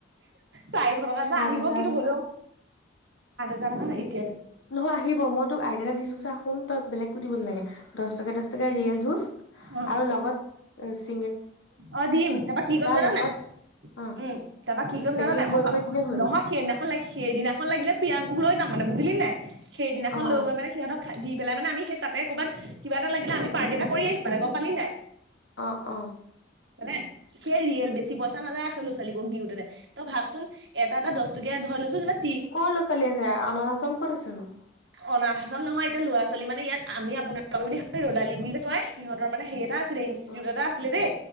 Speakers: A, on the right; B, on the left.
A: চাৰিশ কাত ন
B: সাত
A: আহিব
B: হাজাৰ
A: কিন্তু
B: টকা
A: হ'লোম জ মান
B: নহয় আহিব মই তোক আইদিয়া এটা দিছো চা শুন তইক বেলেগ কো দিব নালাগে দহ টকা দচ টকা ৰিয়েল জুচ
A: অ
B: আৰু লগত আ
A: অ দিম তাৰপা কি কৰিম জানা
B: লগত
A: নাই
B: অ
A: উম তাৰপা কি কৰিম
B: পেকিং
A: জানা নাই
B: কৰি
A: মই
B: কৰি দিলেই হ'ল
A: নহয় সেইদিনাখন ল সেইদিনাখন লাগিলে প্ৰিয়াংকৈ যাম মানে বুজিলি নাই সেইদিনাখন
B: অ
A: লৈ
B: অ
A: গৈ মানে সিহঁতক দি পেলাই মানে আমি স ততে'ৰবাত কিবা এটা লাগিলে আ পাৰ্টি এটা কৰি আহি মানে গম পালি নাই
B: অ অ
A: মানে সেই ৰিয়েল বেছি পইচ নাযায় আ ল'ৰা ছালীবক দিও তেনে তই ভাবচোন এটা এটা দহ টকে ধৰি লৈছো যে
B: কৰ লৰা ছোৱালী আছে আনাচ আচৰম কত আছে নো
A: অনাথাম নহয় এতিয়া ল'ৰা ছোৱী মানে ইয়াত আমি আপোনাৰোক ৰদালি বুলি সিহঁতৰ মানে সেই এটা ইঞ্চষ্টিটিউতটা
B: অ
A: এ